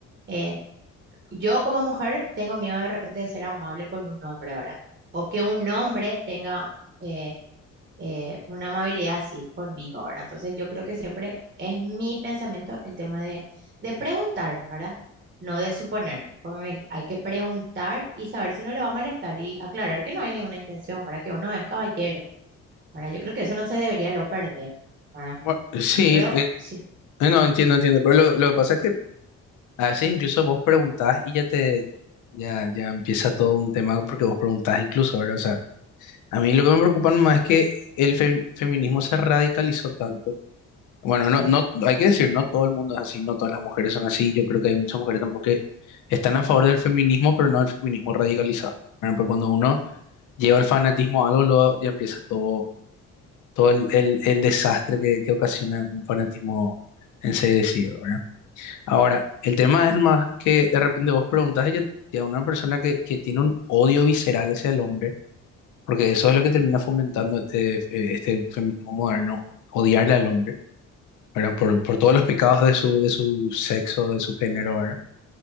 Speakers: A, on the right; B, on the left.
A: eh, yo como mujer tengo miedo de repente de ser amable con un hombre, ¿verdad? O que un hombre tenga... eh, eh, una amabilidad así conmigo, ¿verdad? Entonces yo creo que siempre es mi pensamiento el tema de, de preguntar, ¿verdad? No de suponer. Como me- hay que preguntar y saber si no le va a molestar y aclarar que no hay ninguna intención, ¿verdad? Que uno es caballero, ¿verdad? Yo creo que eso no se debería lo perder, ¿verdad?
B: bueno, sí,
A: Pero
B: eh,
A: sí,
B: eh, no entiendo, entiendo, pero lo, lo que pasa es que a veces incluso vos preguntás y ya te, ya, ya empieza todo un tema porque vos preguntás incluso, ¿verdad? O sea, a mí lo que me preocupa más es que el fe- feminismo se radicalizó tanto. Bueno,
A: sí,
B: no, no, hay que decir, no todo el mundo es así, no todas las mujeres son así, yo creo que hay muchas mujeres tampoco que están a favor del feminismo, pero no del feminismo radicalizado. Bueno, pues cuando uno
A: mm,
B: lleva el fanatismo a algo, luego ya empieza todo, todo el, el- el desastre que, que ocasiona un fanatismo enseguecido, ¿verdad? Ahora, el tema es más que de repente vos preguntas a ella, a una persona que, que tiene un odio visceral hacia el hombre, porque eso es lo que termina fomentando este, eh, este feminismo moderno, odiarle al hombre, ¿verdad? Por, por todos los pecados de su, de su sexo, de su género, ¿verdad?